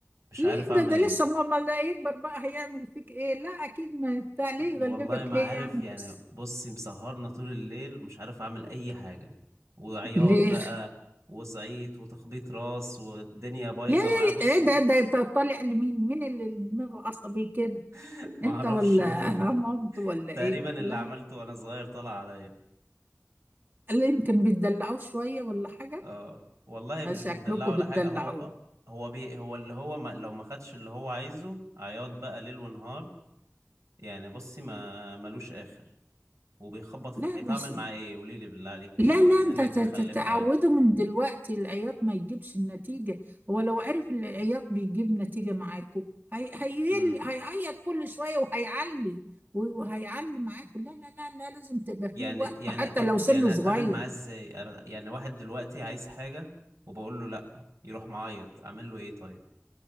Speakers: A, on the right; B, on the right.
A: مش
B: ليه
A: عارف اعمل
B: ده ده
A: ايه
B: لسه ماما لا يكبر بقى هيعمل فيك ايه لا اكيد ما بتاع ليه
A: والله
B: يغلبك
A: ما
B: ليه
A: عارف
B: يعني
A: يعني
B: بس
A: بصي مسهرنا طول الليل ومش عارف اعمل اي حاجه وعياط
B: ليه
A: بقى وصعيط وتخبيط راس والدنيا بايظه
B: يا يا
A: معاه بصي
B: ايه ده ده انت طالع لمين مين اللي دماغه عصبي كده
A: <laughs> ما
B: انت
A: اعرفش
B: ولا
A: والله
B: مامته ولا
A: تقريبا
B: ايه لا
A: اللي عملته وانا صغير طلع عليا
B: لا يمكن بتدلعوه شويه ولا حاجه
A: اه والله مش
B: شكلكم
A: بندلعه ولا
B: بتدلعوه
A: حاجة هو آه، هو بي هو اللي هو ما لو ما خدش اللي هو عايزه عياط بقى ليل ونهار يعني بصي ما ملوش آخر وبيخبط في
B: لا
A: الحيط
B: بس
A: اعمل معاه ايه قولي لي بالله عليكي
B: لا لا
A: بما
B: انت
A: انك
B: ت-
A: مخلفة
B: ت- تعوده
A: يعني
B: من دلوقتي العياط ما يجيبش النتيجة هو لو عرف ان العياط بيجيب نتيجة معاكو هي هيل-
A: امم
B: هيعيط كل شوية وهيعلي وهيعلي معاكو لا لا لا لا لازم تبقى فيه
A: يعني
B: وقفة
A: يعني
B: حتى
A: طب
B: لو سنه
A: يعني
B: صغير
A: اتعامل معاه ازاي أر- يعني واحد دلوقتي عايز حاجة وبقول له لا يروح معيط اعمل له ايه طيب